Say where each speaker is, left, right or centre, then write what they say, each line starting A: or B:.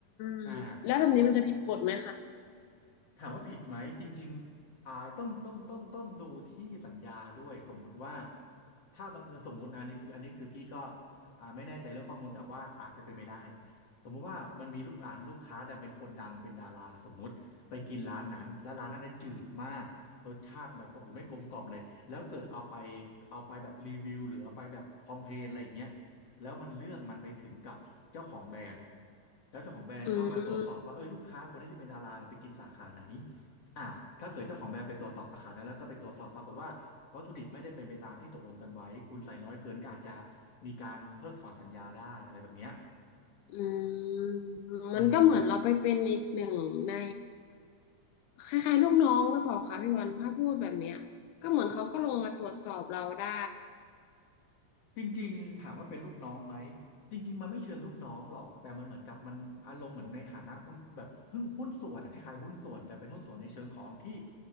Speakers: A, on the left; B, on the left.
A: มแล้วแบบนี้มันจะผิดกฎไหมคะ
B: อ่าลด ถามว่าผิดไหมจริงๆอ่าต้องต้องต้องต้องดูที่สัญญาด้วยสมมุติว่าถ้าบังเอิญสมมุตินะอันนี้คืออันนี้คือพี่ก็อ่าไม่แน่ใจเรื่องข้อมูลแต่ว่าอาจจะเป็นไปได้สมมุติว่ามันมีลูกอ่าลูกค้าดันเป็นคนดังเป็นดาราสมมุติไปกินร้านนั้นแล้วร้านนั้นน่ะจืดมากรสชาติแบบโอ้โหไม่กลมกล่อมเลยแล้วเกิดเอาไปเอาไปแบบรีวิวหรือเอาไปแบบคอมเพลนอะไรอย่างเงี้ย แล้วมันเรื่องมันไปถึงกับเจ้าของแบรนด์แล้วเจ้าของแบรนด์ก็มาตรวจสอบว่าเอ้ยลูกค้าคนนี้ที่เป็นดาราเนี่ยไปกินสาขาไหน
A: อืม
B: อ่ะถ้าเกิดเจ้าของแบรนด์ไปตรวจสอบสาขานั้นแล้วก็ไปตรวจสอบปรากฏว่าวัตถุดิบไม่ได้เป็นไปตามที่ตกลงกันไว้คุณใส่น้อยเกินก็อาจจะมีการเพิกถอนสัญญาได้อะไรแบบเนี้ย
A: อืม
B: อืม
A: มันก็เหมือนเราไปเป็นอีกหนึ่งในคล้ายๆลูกน้องหรือเปล่าคะพี่วันถ้าพูดแบบเนี้ยก็เหมือนเขาก็ลงมาตรวจสอบเราได้
B: จริงๆถามว่าเป็นลูกน้องไหมจริงๆมันไม่เชิงลูกน้องหรอกแต่มันเหมือนกับมันอารมณ์เหมือนในฐานะหุ้นแบบหุ้นหุ้นส่วนอะคล้ายๆหุ้นส่วนแต่เป็นหุ้นส่วนในเชิงของที่